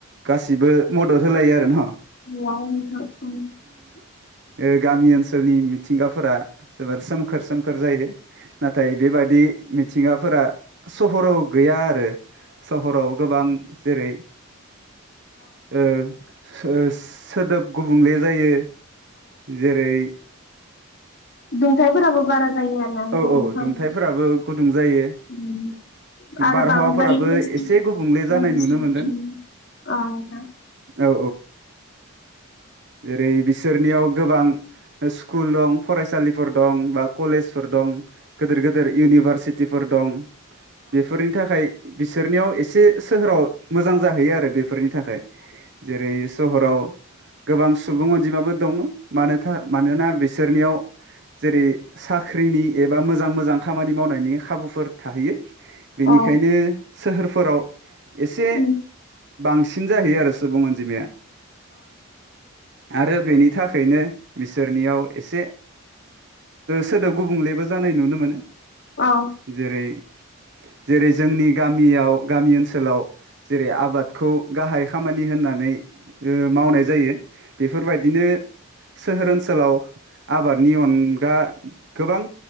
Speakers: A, on the right; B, on the left.
A: गासिबो मदद होलायो आरो न
B: <unintelligible>
A: ए गामि ओनसोलनि मिथिंगाफोरा जोबोर सोमखोर सोमखोर जायो नाथाय बेबादि मिथिंगाफोरा सहराव गैया आरो सहराव गोबां जेरै ओ ओस सोदोब गुबुंले जायो जेरै
B: दुंथायाइफोराबो बारा जायो आरो नोंथां
A: औ औ
B: बिफां
A: दुंथाइफोराबो गुदुं जायो
B: <unintelligible> आरो
A: बारहावाफोराबो
B: बांद्राय
A: एसे
B: <unintelligible>
A: गुबुंले
B: बायदिसिना
A: जानाय नुनो मोनदों
B: <unintelligible> औ नोंथां
A: औ ओरै बिसोरनियाव गोबां स्कुल दं फरायसालिफोर दं बा कलेजफोर दं गिदिर गिदिर इउनिभारसिटिफोर दं बेफोरनि थाखाय बिस बिसोरनियाव एसे सोहोराव मोजां जाहैयो आरो बेफोरनि थाखाय जेरै सहराव गोबां सुबुं अनजिमाबो दङ मानोथा मानोना बिसोरनियाव जेरै साख्रिनि एबा मोजां मोजां खामानि मावनायनि खाबुफोर थाहैयो बेनिखायनो
B: अ
A: सोहोरफोराव एसे
B: अ
A: बांसिन जाहैयो आरो सुबुं अनजिमाया आरो बेनि थाखाय नो बिसोरनियाव एसे सोदोब गुबुंलेबो जानाय नुनो मोनो।
B: अ
A: जेरै जेरै जोंनि गा मियाव गामि ओनसोलाव जेरै आबादखौ गाहाय खामानि होननानै ओ मावनाय जायो बेफोरबायदिनो सोहोर ओनसोलाव आबादनि अनगा गोबां